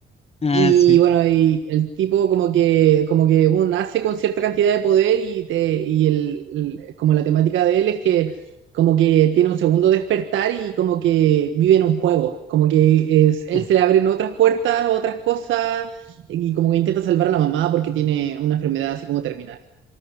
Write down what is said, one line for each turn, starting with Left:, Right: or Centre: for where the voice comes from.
Left: Ah,
Right: Y
Left: sí.
Right: bueno, y el tipo como que, como que uno nace con cierta cantidad de poder y, te, y el, el- como la temática de él es que como que tiene un segundo despertar y como que vive en un juego, como que es, él
Left: Ah,
Right: se le abren otras puertas, otras cosas y como que intenta salvar a la mamá porque tiene una enfermedad así como terminal.